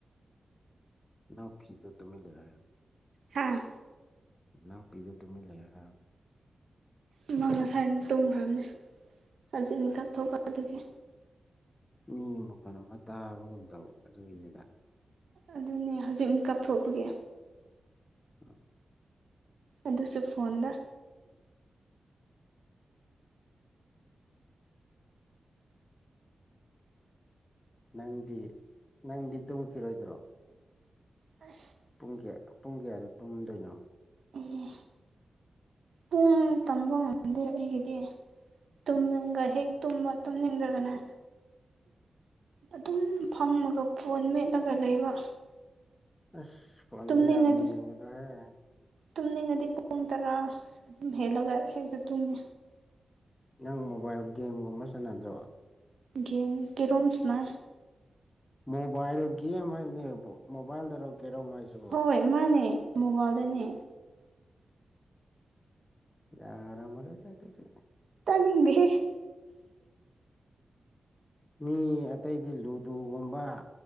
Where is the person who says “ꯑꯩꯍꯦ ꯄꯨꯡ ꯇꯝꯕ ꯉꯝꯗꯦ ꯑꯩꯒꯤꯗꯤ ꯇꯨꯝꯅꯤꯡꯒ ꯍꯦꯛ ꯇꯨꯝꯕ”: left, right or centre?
Right